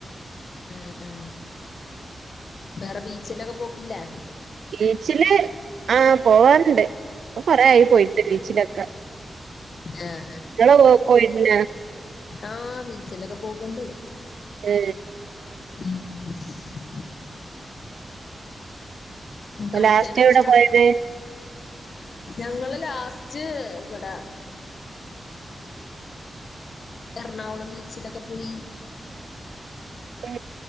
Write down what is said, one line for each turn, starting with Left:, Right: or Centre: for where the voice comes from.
Left: ആ ആ വേറെ ബീച്ചിലൊക്ക പോക്കില്ലേ
Right: ഈച്ചില് ആ പോവാൻ ണ്ട് കൊറേയായി പോയിട്ട് ബീച്ചിലൊക്ക
Left: ആഹ്
Right: ഇങ്ങള് പോ പോയിട്ടിന്നാ
Left: ആ ബീച്ചിലൊക്കെ പോക്കുണ്ട്
Right: ഏ
Left: <unintelligible> കളിക്കാനൊക്ക
Right: ലാസ്റ്റ് എവിടെ
Left: ഇഷ്ടാണാ
Right: പോയത്
Left: ഞങ്ങള് ലാസ്റ്റ് ഇവിട എറണാകുളം ബീച്ചിലൊക്ക പോയി
Right: ഏ